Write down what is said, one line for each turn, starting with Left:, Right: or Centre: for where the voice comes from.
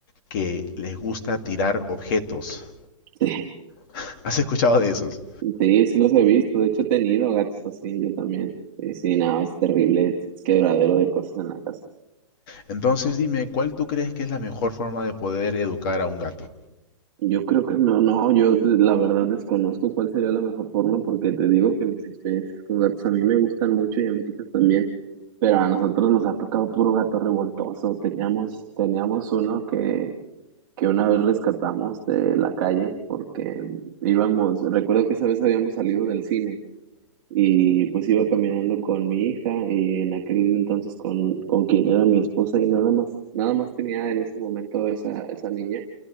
Left: que les gusta tirar objetos.
Right: sí,
Left: <laughs> ¿Has escuchado de esos?
Right: <laughs> sí, sí los he visto. De hecho, he tenido gatos así, yo también. Sí, sí, nada, es terrible, es quebradero de cosas en la casa.
Left: Entonces dime, ¿cuál tú crees que es la mejor forma de poder educar a un gato?
Right: Yo creo que no, no, yo la verdad desconozco cuál sería la mejor forma porque te digo que mis experiencias con gatos a mí me gustan mucho y a mis hijas también, pero a nosotros nos ha tocado puro gato revoltoso. Teníamos, teníamos uno que, que una vez rescatamos de la calle porque íbamos, recuerdo que esa vez habíamos salido del cine. y pues iba caminando con mi hija y en aquel entonces con, con quien era mi esposa y nada más, nada más tenía en ese momento esa, esa niña